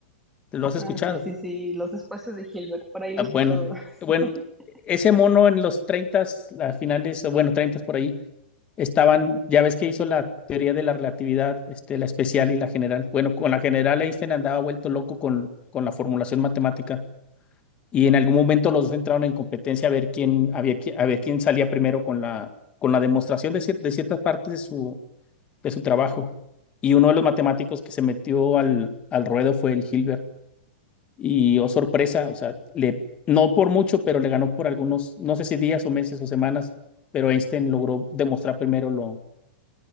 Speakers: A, on the left; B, in the centre.
A: ¿lo has escuchado?
B: Ah, sí, sí, sí, los espacios de Hilbert, por ahí lo
A: Ah,
B: he escuchado.
A: Bueno, bueno,
B: <laughs>
A: ese mono en los 30, las finales, bueno, 30 por ahí, estaban, ya ves que hizo la teoría de la relatividad, este, la especial y la general. Bueno, con la general Einstein andaba vuelto loco con, con la formulación matemática y en algún momento los dos entraron en competencia a ver quién, a ver, qui- a ver quién salía primero con la, con la demostración de, cier- de ciertas partes de su, de su trabajo. Y uno de los matemáticos que se metió al, al ruedo fue el Hilbert. Y oh sorpresa, o sea, le, no por mucho, pero le ganó por algunos, no sé si días o meses o semanas, pero Einstein logró demostrar primero lo,